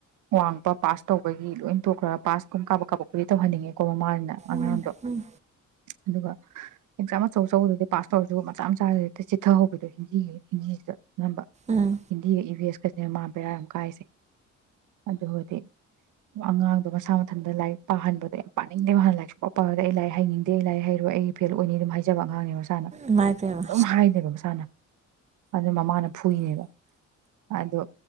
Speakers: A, on the right; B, on the right.
A: ꯋꯥꯡꯕ ꯄꯥꯁ ꯇꯧꯕꯒꯤ ꯂꯣꯏ ꯇꯣꯛꯈ꯭ꯔꯒ ꯄꯥꯁ ꯀꯨꯝ ꯀꯥꯞꯄꯛ ꯀꯥꯞꯄꯨꯗꯤ ꯇꯧꯍꯟꯅꯤꯡꯉꯦꯀꯣ ꯃꯃꯥꯅꯤꯅ ꯑꯉꯥꯡꯗꯣ
B: ꯎꯝ ꯎꯝ
A: ꯑꯗꯨꯒ ꯑꯦꯛꯖꯥꯝ ꯑꯆꯧ ꯑꯆꯧꯕꯗꯗꯤ ꯄꯥꯁ ꯇꯧꯔꯁꯨ ꯃꯆꯥ ꯃꯆꯥꯁꯤꯗ ꯍꯦꯛꯇ ꯆꯤꯊꯍꯧꯕꯗꯣ ꯍꯤꯟꯗꯤꯒꯤ ꯍꯤꯟꯗꯤꯁꯤꯗ ꯑꯅꯝꯕ
B: ꯎꯝ
A: ꯍꯤꯟꯗꯤꯒ ꯏ ꯚꯤ ꯑꯦꯁꯀ ꯃꯥ ꯕꯦꯔꯥ ꯌꯥꯝ ꯀꯥꯏꯁꯦ ꯑꯗꯨꯕꯨꯗꯤ ꯑꯉꯥꯡꯗꯣ ꯃꯁꯥ ꯃꯊꯟꯇ ꯂꯥꯏꯔꯤꯛ ꯄꯥꯍꯟꯕꯗꯣ ꯌꯥꯝ ꯄꯥꯅꯤꯡꯗꯦꯕ ꯍꯥꯟꯅ ꯂꯥꯏꯔꯤꯛ ꯁꯨꯄꯥ ꯄꯥꯎ ꯌꯥꯗꯦ ꯑꯩ ꯂꯥꯏꯔꯤꯛ ꯍꯩꯅꯤꯡꯗꯦ ꯑꯩ ꯂꯥꯏꯔꯤꯛ ꯍꯩꯔꯣꯏ ꯑꯩ ꯐꯦꯜ ꯑꯣꯏꯅꯤ ꯑꯗꯨꯝ ꯍꯥꯏꯖꯕ ꯑꯉꯥꯡꯅꯦ ꯃꯁꯥꯅ
B: ꯏꯃꯥꯏꯄꯦꯝꯃ
A: ꯑꯗꯨꯝ ꯍꯥꯏꯗꯩꯕ ꯃꯁꯥꯅ ꯑꯗꯨ ꯃꯃꯥꯅ ꯐꯨꯏꯅꯦꯕ ꯃꯥꯗꯣ